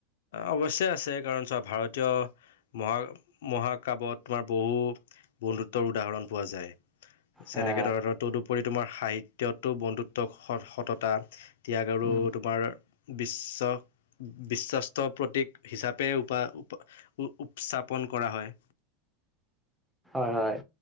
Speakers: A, on the left (about 75°); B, in the centre.
A: অৱশ্যে আছে। কাৰণ চব ভাৰতীয় মহা মহাকাবত তোমাৰ বহু বন্ধুত্বৰ উদাহৰণ পোৱা যায়। যেনেকে
B: হা
A: ধৰা তদুপৰি তোমাৰ সাহিত্যতো বন্ধুত্ব স সততা ত্যাগ আৰু
B: উম,
A: তোমাৰ বিশ্ব বিশ্বাস প্ৰতীক হিচাপে উপ্থাপন কৰা হয়
B: হয় হয়